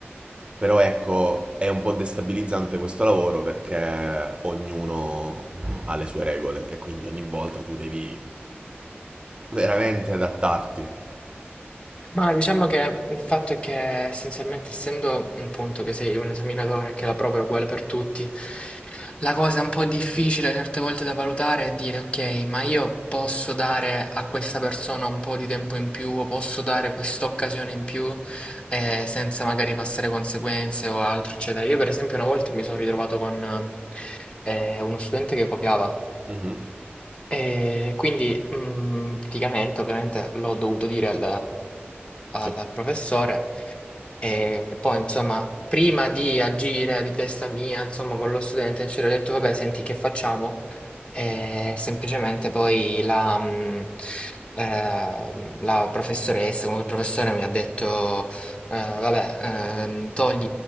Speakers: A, on the right; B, on the left.
A: Però ecco, è un po' destabilizzante questo lavoro perché ognuno ha le sue regole e quindi ogni volta tu devi Veramente adattarti.
B: Ma diciamo che il fatto è che essenzialmente, essendo appunto che sei un esaminatore e che la prova è uguale per tutti, la cosa un po' difficile certe volte da valutare è dire, ok, ma io posso dare a questa persona un po' di tempo in più o posso dare quest'occasione in più eh, senza magari passare conseguenze o altro, eccetera. Io, per esempio, una volta mi sono ritrovato con eh, uno studente che copiava.
A: Mhm.
B: E quindi mh, praticamente ovviamente l'ho dovuto dire al, al
A: Cioè,
B: professore e poi insomma prima di agire di testa mia insomma con lo studente ci ho detto vabbè senti che facciamo? E semplicemente poi la, mh, eh, la professoressa, comunque il professore mi ha detto, eh, vabbè, ehm, togli